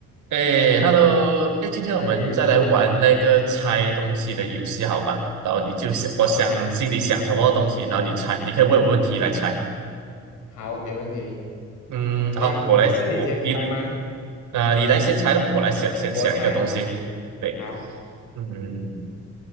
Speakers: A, on the right; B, on the left.
A: 哎，Hello，哎，今天我们再来玩那个猜东西的游戏，
B: 哎，hello，
A: 好吧？然后你就想，
B: 好，
A: 我想心里想什么东西，然后你猜，你可以问我问题来猜。
B: 好，没问题。
A: 嗯，好，
B: 那你是你先猜吗？
A: 我来，我你呃，你来先猜了，我来想先想一个东西。
B: 我猜，好，
A: 对，
B: 好
A: 嗯，